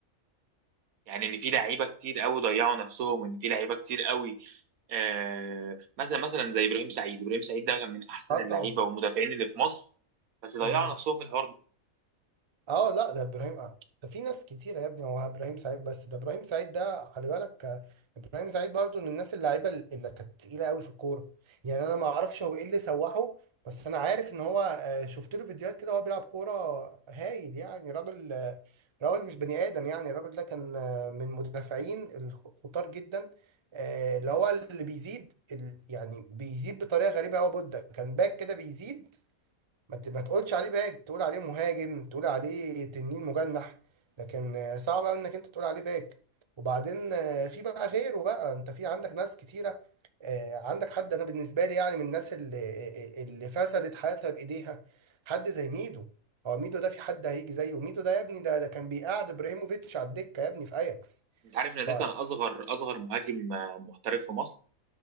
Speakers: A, on the right (about 80°); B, on the right (about 30°).
A: يعني ان في لعيبه كتير قوي ضيعوا نفسهم وان في لعيبه كتير قوي آه مثلا مثلا زي ابراهيم سعيد ابراهيم سعيد ده كان من احسن
B: اه
A: اللعيبه
B: طبعا
A: والمدافعين اللي في مصر بس ضيعوا
B: مم.
A: نفسهم في الحوار ده
B: اه لا ده ابراهيم آه. ده في ناس كتيره يا ابني هو ابراهيم سعيد بس ده ابراهيم سعيد ده خلي بالك آه، ابراهيم سعيد برضو من الناس اللعيبه اللي كانت تقيله قوي في الكوره يعني انا ما اعرفش هو ايه اللي سوحه بس انا عارف ان هو آه، شفت له فيديوهات كده وهو بيلعب كوره هايل يعني راجل آه، راجل مش بني ادم يعني الراجل ده كان آه، من مدافعين الخ- الخطار جدا آه، اللي هو اللي بيزيد ال- يعني بيزيد بطريقه غريبه قوي بودة كان باك كده بيزيد ما ت- ما تقولش عليه باك تقول عليه مهاجم تقول عليه تنين مجنح لكن آه، صعب قوي انك انت تقول عليه باك وبعدين آه، في بقى غيره بقى انت في عندك ناس كتيره آه، عندك حد انا بالنسبه لي يعني من الناس اللي اللي فسدت حياتها بايديها حد زي ميدو هو ميدو ده في حد هيجي زيه ميدو ده يا ابني ده ده كان بيقعد ابراهيموفيتش على الدكه يا ابني في اياكس
A: انت عارف ان
B: ف
A: ده كان اصغر اصغر مهاجم آه، محترف في مصر